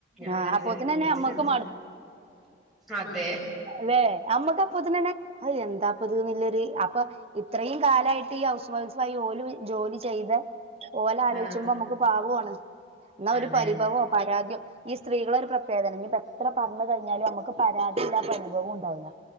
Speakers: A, on the right; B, in the centre.
A: ആ
B: അങ്ങനെ
A: അപ്പൊത്തിനന്നെ
B: വിചാരിക്കും വീട്ടില്ചെന്ന്
A: അമ്മക്ക്
B: അതെ
A: ല്ലേ അമ്മക്കാപ്പോത്തിനെന്നെ ഹഅ് എന്താ പ്പത് ന്നില്ലൊര് അപ്പ ഇത്രേം കാലായിട്ട് ഈ ഹൗസ് വൈഫായി ഓല് ജോലിചെയ്ത ഓലാലോ
B: ആഹ്
A: യ്ച്ചുമ്പോ അമ്മക്കു പാവുആണ് ന്നാ ഒരു
B: അതെ
A: പരിഭവോ പരാത്യോ ഈ സ്ത്രീകളൊരു പ്രത്യേകതയാണ് ഇഞ്‌പ്പെത്ര പർഞ്ഞ് കഴിഞ്ഞാലും അമ്മക്ക് പരാതില്ല ഭവൂ ണ്ടാവൂല്ല